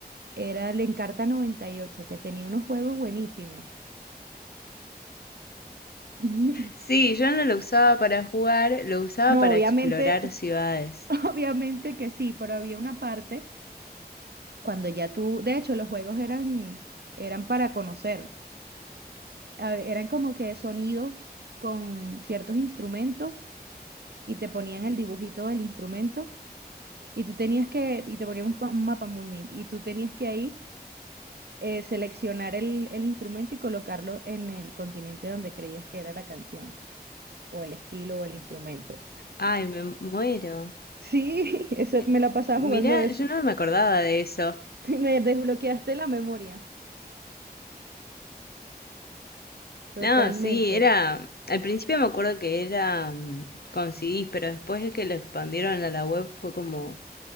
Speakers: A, on the right; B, on the left.
A: era el Encarta noventa y ocho que tenía unos juegos buenísimos. <laughs>
B: Sí, yo no lo usaba para jugar, lo usaba
A: No,
B: para
A: obviamente,
B: explorar ciudades.
A: <laughs> obviamente que sí, pero había una parte cuando ya tú, de hecho, los juegos eran, eran para conocer, a- eran como que sonidos con ciertos instrumentos y te ponían el dibujito del instrumento. Y tú tenías que, y te ponían un, pa- un mapa mundi, y tú tenías que ahí eh, seleccionar el, el instrumento y colocarlo en el continente donde creías que era la canción, o el estilo, o el instrumento.
B: Ay, me muero.
A: Sí, <laughs> eso,
B: Eh,
A: me la
B: f-
A: pasaba jugando
B: Mirá,
A: eso.
B: yo no me acordaba de eso.
A: <laughs> Me desbloqueaste la memoria. Totalmente.
B: No, sí, era. Al principio me acuerdo que era mm, con CDs, pero después de que lo expandieron a la web fue como